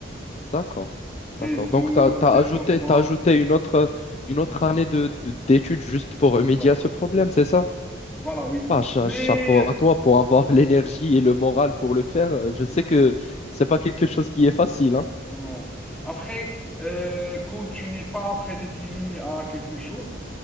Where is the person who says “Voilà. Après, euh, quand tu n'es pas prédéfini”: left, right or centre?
Centre